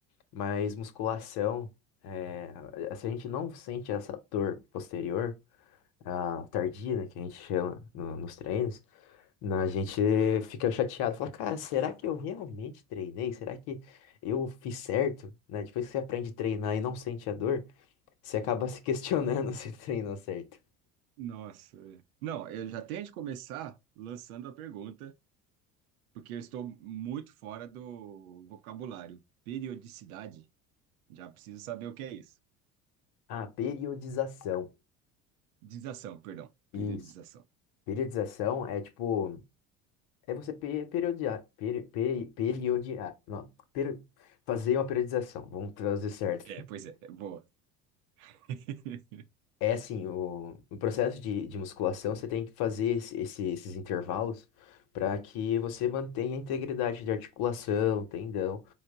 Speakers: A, on the left; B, on the right.
A: Mas musculação, é, se a gente não sente essa dor posterior, a tardia, né, que a gente chama no- nos treinos, na- a gente fica chateado, fala, cara, será que eu realmente treinei? Será que eu fiz certo? Né? Depois que você aprende a treinar e não sente a dor, você acaba se questionando <laughs> se treinou certo.
B: Nossa. é. Não, eu já tenho de começar lançando a pergunta, porque eu estou muito fora do vocabulário. Periodicidade, já preciso saber o que é isso.
A: Ah, periodização.
B: Dização, perdão.
A: Isso.
B: Periodização.
A: Periodização é tipo. É você pe- periodiar, peri, peri- periodiar, não, per- fazer uma periodização, vamos trazer certo.
B: É, pois é, é boa. <laughs>
A: É assim, o, o processo de, de musculação, você tem que fazer esse- esse- esses intervalos para que você mantenha a integridade de articulação, tendão